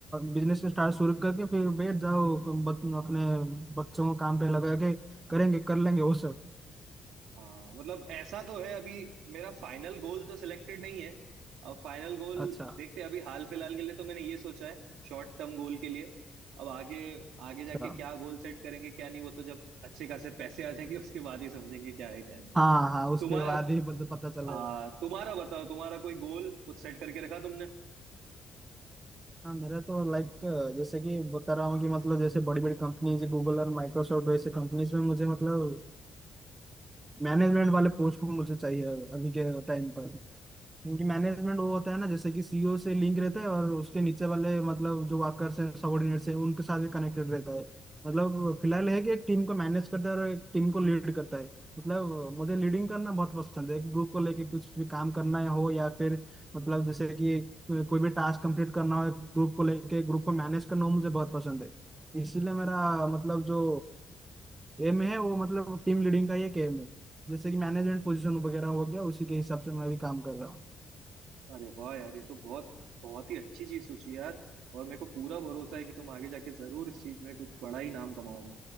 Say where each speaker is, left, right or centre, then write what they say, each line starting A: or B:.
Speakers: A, on the right; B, on the right.
A: बिजनेस स्टार्ट शुरू करके फिर बैठ जाओ तुम बत, अपने बच्चों को काम पे लगा के करेंगे कर लेंगे वो सब
B: हाँ मतलब ऐसा तो है अभी मेरा फाइनल गोल तो सिलेक्टेड नहीं है अब फाइनल गोल
A: अच्छा
B: देखते हैं, अभी हाल फिलहाल के लिए तो मैंने ये सोचा है शॉर्ट टर्म गोल के लिए अब आगे आगे जाके
A: अच्छा
B: क्या गोल सेट करेंगे क्या नहीं वो तो जब अच्छे खासे पैसे आ जाएंगे उसके बाद ही समझेंगे क्या है क्या नहीं
A: हाँ हाँ उसके
B: तुम्हारा
A: बाद ही बत- पता चलेगा
B: हाँ तुम्हारा बताओ तुम्हारा कोई गोल कुछ सेट करके रखा तुमने
A: हाँ मेरा तो लाइक जैसे कि बता रहा हूँ कि मतलब जैसे बड़ी बड़ी कंपनीज गूगल और माइक्रोसॉफ्ट वैसे कंपनीज में मुझे मतलब मैनेजमेंट वाले पोस्ट मुझे चाहिए अभी के टाइम पर क्योंकि मैनेजमेंट वो होता है ना जैसे कि सीईओ से लिंक रहता है और उसके नीचे वाले मतलब जो वर्कर्स हैं सबॉर्डिनेट्स हैं उनके साथ भी कनेक्टेड रहता है मतलब फिलहाल है कि एक टीम को मैनेज करता है और एक टीम को लीड करता है मतलब मुझे लीडिंग करना बहुत पसंद है एक ग्रुप को लेके कुछ भी काम करना हो या फिर मतलब जैसे कि कोई भी टास्क कंप्लीट करना हो एक ग्रुप को लेके ग्रुप को मैनेज करना हो मुझे बहुत पसंद है इसलिए मेरा मतलब जो एम है वो मतलब टीम लीडिंग का ही एक एम है जैसे कि मैनेजमेंट पोजीशन वगैरह हो गया उसी के हिसाब से मैं भी काम कर रहा हूँ
B: अरे वाह यार ये तो बहुत बहुत ही अच्छी चीज सोची यार और मेरे को पूरा भरोसा है कि तुम आगे जाके जरूर इस चीज में कुछ बड़ा ही नाम कमाओगे